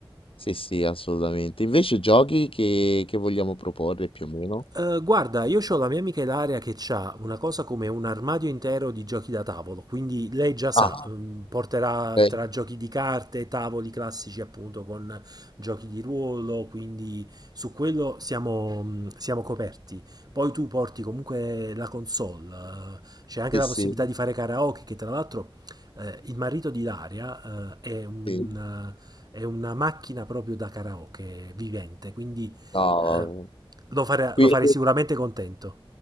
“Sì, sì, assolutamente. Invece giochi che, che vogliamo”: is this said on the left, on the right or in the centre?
Left